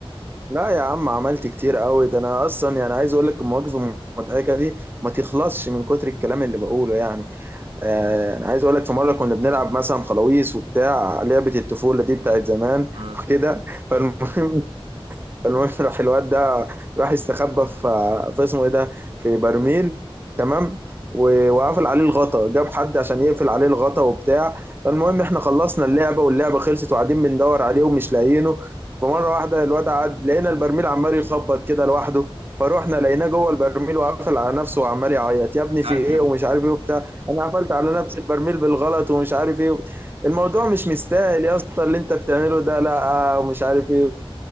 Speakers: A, on the right (about 20°); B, on the right (about 85°).
A: لا يا عم عملت كتير قوي ده انا اصلا يعني عايز اقول لك المواقف المضحكه دي ما تخلصش من كتر الكلام اللي بقوله يعني آه انا عايز اقول لك في مره كنا بنلعب مثلا خلاويص وبتاع لعبه الطفوله دي بتاعت زمان
B: آه،
A: وكده فالمهم المهم <laughs> راح الواد ده راح يستخبى في في اسمه ايه ده في برميل تمام و- وقفل عليه الغطا جاب حد عشان يقفل عليه الغطا وبتاع فالمهم احنا خلصنا اللعبه واللعبه خلصت وقاعدين بندور عليه ومش لاقيينه فمره واحده الواد قعد لقينا البرميل عمال يخبط كده لوحده فروحنا لقيناه جوه البرميل وقافل على نفسه وعمال يعيط يا ابني
B: مش
A: في
B: عارف
A: ايه ومش عارف ايه وبتاع انا قفلت على نفسي البرميل بالغلط ومش عارف ايه الموضوع مش مستاهل يا اسطى اللي انت بتعمله ده لا آه، ومش عارف ايه